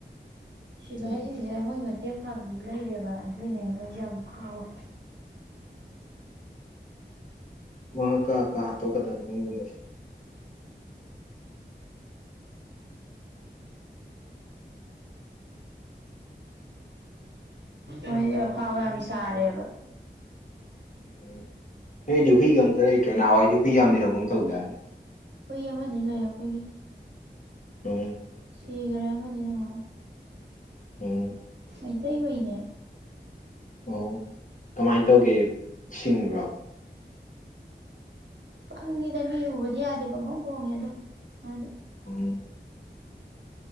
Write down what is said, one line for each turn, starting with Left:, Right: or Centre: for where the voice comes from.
Right: ꯁꯤꯐꯥꯏꯁꯤꯡꯁꯤ
Left: ꯎꯝ
Right: ꯃꯣꯏ ꯃꯇꯦꯡ ꯄꯥꯡꯕꯤ ꯂꯩꯔꯦꯕ ꯑꯗꯨꯏꯅꯦ ꯃꯣꯏꯁꯨ ꯌꯥꯝ ꯍꯥꯎꯋꯦ
Left: ꯑ ꯀꯥ ꯀꯥ ꯍꯥꯠꯇꯣꯛꯀꯗꯅꯤ ꯃꯣꯏꯒꯨꯝꯕꯁꯦ
Right: ꯃꯣꯏ ꯑꯐꯥꯎ ꯌꯥꯝ ꯁꯥꯔꯦꯕ
Left: ꯎꯝ ꯅꯣꯏꯗꯤ ꯍꯨꯏꯒ ꯑꯝꯇ ꯂꯩꯇ꯭ꯔꯣ ꯅꯍꯥꯟꯋꯥꯏꯗꯤ ꯍꯨꯏ ꯌꯥꯝ ꯑꯃ ꯂꯩ ꯍꯍꯧꯒꯨꯝ ꯑꯃ ꯇꯧꯗꯅꯤ
Right: ꯍꯨꯏ ꯑꯃꯗꯤ ꯂꯩ ꯑꯩꯈꯣꯏꯒꯤ
Left: ꯍ
Right: ꯁꯤꯈ꯭ꯔꯦ ꯑꯃꯗꯤ ꯅꯪꯉꯣ
Left: ꯎ
Right: ꯃꯩꯇꯩ ꯍꯅꯦ
Left: ꯑꯣ ꯀꯃꯥꯏꯅ ꯇꯧꯒꯦ ꯁꯤꯡꯕ꯭ꯔꯣ
Right: ꯄꯪꯉꯤꯗ ꯃꯤ ꯌꯨꯕꯗꯤ ꯌꯥꯗꯦ ꯄꯪꯈꯣꯡ ꯈꯣꯡꯉꯦ ꯑꯗꯣꯗꯤ
Left: ꯎꯝ